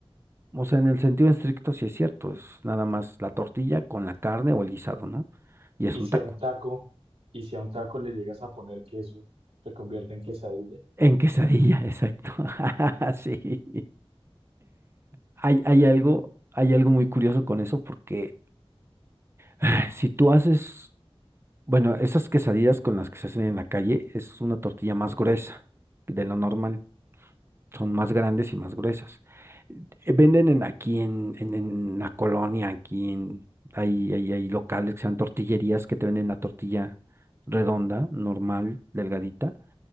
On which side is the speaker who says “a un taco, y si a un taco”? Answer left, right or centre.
Right